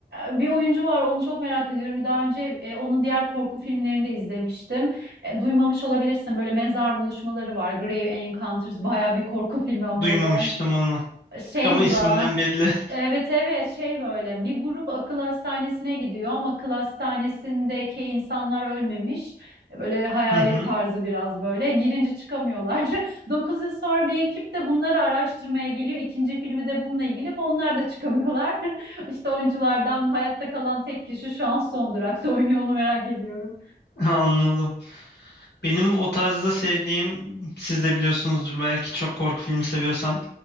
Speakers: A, on the right; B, on the left.
A: bir oyuncu var onu çok merak ediyorum. Daha önce e, onun diğer korku filmlerini de izlemiştim. E, duymamış olabilirsin böyle mezar buluşmaları var. Grave Encounters baya bir korku filmi ama
B: Duymamıştım
A: o da yani.
B: onu.
A: Şey
B: Ama
A: bu
B: isminden
A: da.
B: belli.
A: Evet evet şey böyle bir grup akıl hastanesine gidiyor ama akıl hastanesindeki insanlar ölmemiş. Böyle hayalet
B: Hı hı,
A: tarzı biraz böyle girince çıkamıyorlar. <laughs> dokuz yıl sonra bir ekip de bunları araştırmaya geliyor. İkinci filmi de bununla ilgili ama onlar da çıkamıyorlar. <laughs> İşte oyunculardan hayatta kalan tek kişi şu an son durakta oynuyor onu merak ediyorum.
B: anladım. Benim o tarzda sevdiğim, siz de biliyorsunuzdur belki çok korku filmi seviyorsan,